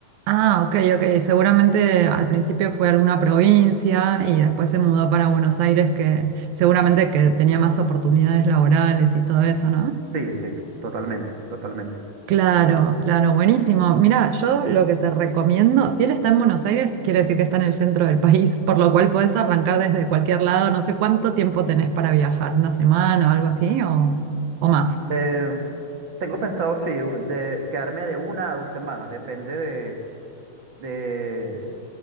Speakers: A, on the right; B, on the right.
A: Ah, ok, ok. Seguramente al principio fue alguna provincia y después se mudó para Buenos Aires, que seguramente que tenía más oportunidades laborales y todo eso, ¿no?
B: Sí, sí, totalmente, totalmente.
A: Claro, claro, buenísimo. Mira, yo lo que te recomiendo, si él está en Buenos Aires, quiere decir que está en el centro del país, por lo cual podés arrancar desde cualquier lado. No sé cuánto tiempo tenés para viajar, una semana o algo así, o, o más.
B: Eh, tengo pensado, sí, de quedarme de una a dos semanas, depende de, de,